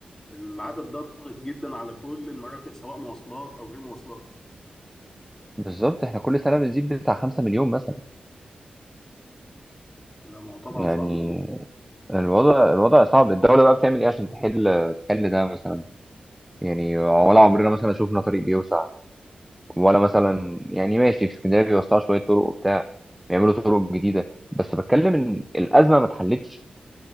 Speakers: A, on the left (about 20°); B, in the centre.
A: العدد ده ضاغط جدا على كل المرافق سواء مواصلات او غير مواصلات
B: بالظبط احنا كل سنه بنزيد بتاع 5 مليون مثلا
A: لا ما هو طبعا
B: يعني
A: صعب
B: الوضع الوضع صعب الدولة بقى بتعمل ايه عشان تحل تحل ده مثلا يعني ولا عمرنا مثلا شفنا طريق بيوسع ولا مثلا يعني ماشي في اسكندرية بيوسعوا شوية طرق وبتاع بيعملوا طرق جديدة بس بتكلم ان الأزمة ما اتحلتش